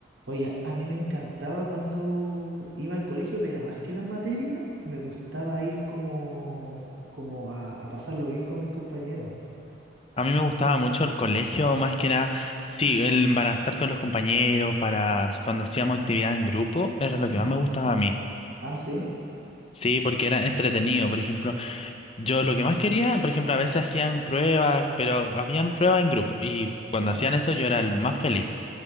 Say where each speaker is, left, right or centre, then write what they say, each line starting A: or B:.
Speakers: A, on the right (about 70°); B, on the left (about 30°).
A: Oye, a mí me encantaba cuando iba al colegio, pero más que las materias, me gustaba ir como, como a, a pasarlo bien con mis compañeros.
B: A mí me gustaba mucho el colegio, más que nada, sí, el, para estar con los compañeros, para cuando hacíamos actividad en grupo, era lo
A: ¿Mm?
B: que más me gustaba a mí.
A: Ah, sí,
B: Sí, porque era entretenido, por ejemplo, yo lo que más quería, por ejemplo, a veces hacían pruebas, pero habían pruebas en grupo y cuando
A: ¿no?
B: hacían eso yo era el más feliz.